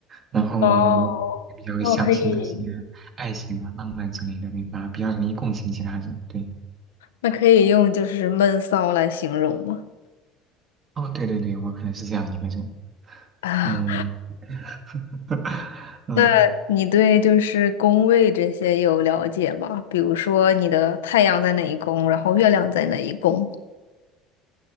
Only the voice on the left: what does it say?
哦，那我可以，
那可以用就是闷骚来形容吗？
啊，
那你对就是宫位这些有了解吗？比如说你的太阳在哪一宫，然后月亮在哪一宫，